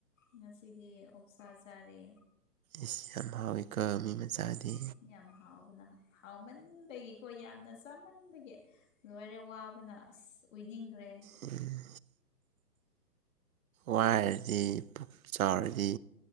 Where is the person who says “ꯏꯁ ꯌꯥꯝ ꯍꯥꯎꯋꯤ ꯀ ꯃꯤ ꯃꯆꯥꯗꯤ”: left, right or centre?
Right